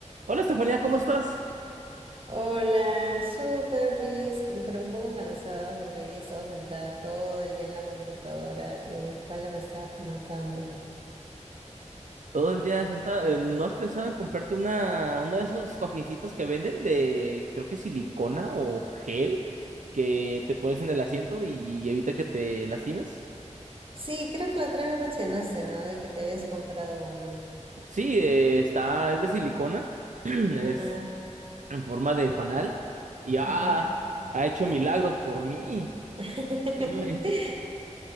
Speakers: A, on the right (about 80°); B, on the right (about 45°).
A: Hola Estefanía, ¿cómo estás?
B: Hola, súper Luis, con- pero un poco cansada porque hoy día he estado sentada todo el día en la computadora y mi espalda me está matando.
A: Todo el día sentada. eh, ¿No has pensado en comprarte una, uno de esos cojincitos que venden de, creo que silicona o gel, que te pones en el asiento y, evita que te lastimes?
B: Sí, creo que la otra vez me mencionaste, ¿no? De que te habías comprado uno.
A: Sí, eh, está, es de silicona, <clears throat> es
B: Ajá,
A: en forma de panal y ah,
B: ajá.
A: ha hecho milagros por mí,
B: <laughs>
A: créeme.